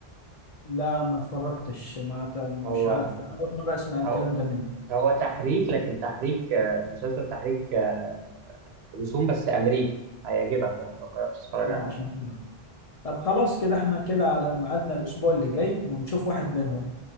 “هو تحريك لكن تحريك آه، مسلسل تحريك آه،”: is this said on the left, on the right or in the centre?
Right